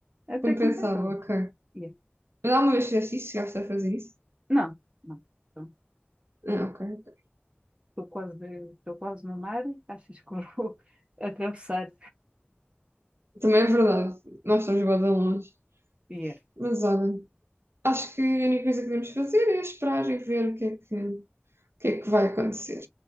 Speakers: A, on the right; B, on the right.
A: até
B: compensava,
A: compensava.
B: ok.
A: Yeah.
B: Mas alguma vez fizeste isso? Chegaste a fazer isso?
A: Não, não. Então,
B: Ah, ok.
A: Estou quase, estou quase no mar. Achas que eu vou <laughs> atravessar?
B: Também é verdade, nós estamos bem longe.
A: Yeah.
B: Mas olha. Acho que a única coisa que devemos fazer é esperar e ver o que é que, o que é que vai acontecer.